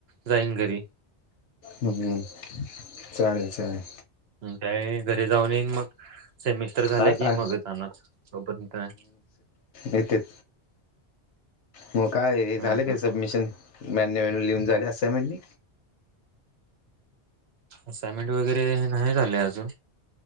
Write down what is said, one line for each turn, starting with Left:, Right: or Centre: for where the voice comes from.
Right: जाईन घरी.
Left: हम्म. चालेल चालेल.
Right: काय घरी जाऊन येईन मग सेमिस्टर झाले
Left: हा
Right: की
Left: का
Right: मग जाणार. तोपर्यंत नाही.
Left: इथेच. मग काय
Right: ह
Left: झालं काय
Right: ह
Left: सबमिशन? मॅन्यूअल लिहून झाले असं म्हणले.
Right: असाइनमेंट वगैरे हे नाही झाले अजून.